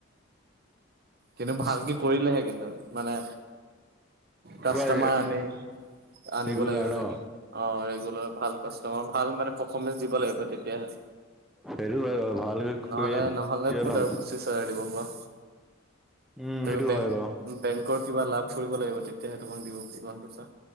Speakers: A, on the right; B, in the centre.
A: কিন্তু ভালকে
B: অ
A: কৰিলেহে কিন্তু মানে কাষ্টমাৰ
B: তোমাৰ
A: আনি, আনিব
B: ৰেগুলাৰ
A: লাগিব
B: ন
A: তেনেকে। অ', ৰেগুলাৰ ভাল কাষ্টমাৰ ভাল মানে পাৰফমেঞ্চ দিব লাগিব তেতিয়াহে।
B: সেইটো হয় বাৰু ভালকৈ কৰিলে
A: নহ'লে নহ'লে ক'ত
B: ভাল
A: আৰু পঁচিছ হাজাৰ দিব কোৱা।
B: উম,
A: তুমি
B: সেইটো
A: বেংক
B: হয় বাৰু।
A: বেংকৰ কিবা লাভ কৰিব লাগিব তেতিয়াহে তোমাক দিব সিমান পইচা।